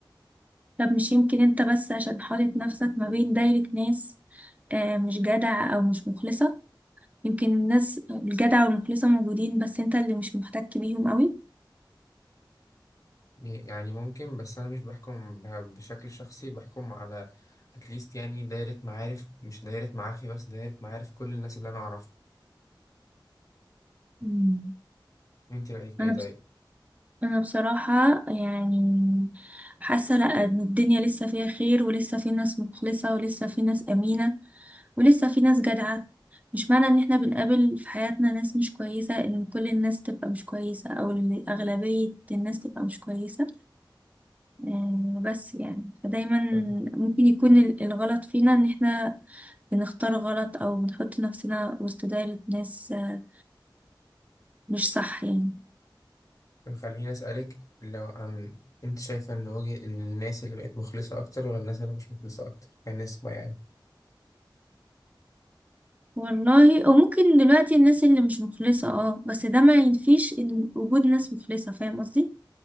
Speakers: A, on the right (about 20°); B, on the left (about 45°).
A: طب مش يمكن انت بس عشان حاطط نفسك ما بين دايرة ناس آه، مش جدع او مش مخلصة يمكن الناس الجدع والمخلصة موجودين بس انت اللي مش محتك بيهم قوي
B: يعني ممكن بس انا مش بحكم بها- بشكل شخصي بحكم على اتليست يعني دايرة معارف مش دايرة معارفي بس دايرة معارف كل الناس اللي انا اعرفها
A: مم.
B: انت رأيك ايه
A: انا
B: طيب
A: بس انا بصراحة يعني حاسة لا ان الدنيا لسه فيها خير ولسه في ناس مخلصة ولسه في ناس امينة ولسه في ناس جدعة مش معنى ان احنا بنقابل في حياتنا ناس مش كويسة ان كل الناس تبقى مش كويسة او إن اغلبية الناس تبقى مش كويسة آه، بس يعني فدايما
B: طب
A: ممكن يكون ال- الغلط فينا ان احنا بنختار غلط او بنحط نفسنا وسط دايرة ناس آه، مش صح يعني
B: طب خليني اسألك لو عن انت شايفة ان وجه ان الناس اللي بقت مخلصة اكتر ولا الناس اللي مش مخلصة اكتر كنسبة يعني
A: والله او ممكن دلوقتي الناس اللي مش مخلصة اه بس ده ما ينفيش ان وجود ناس مخلصة فاهم قصدي